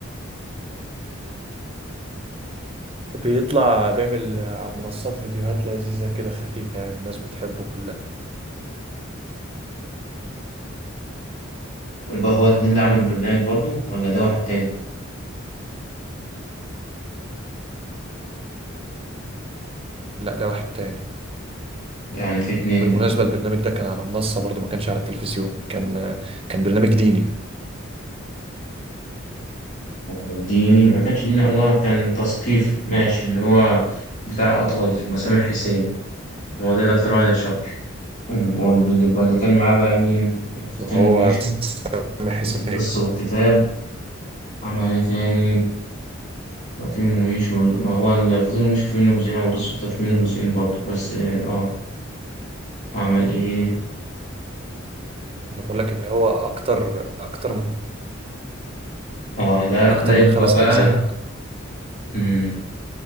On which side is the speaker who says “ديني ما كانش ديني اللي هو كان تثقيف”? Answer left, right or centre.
Left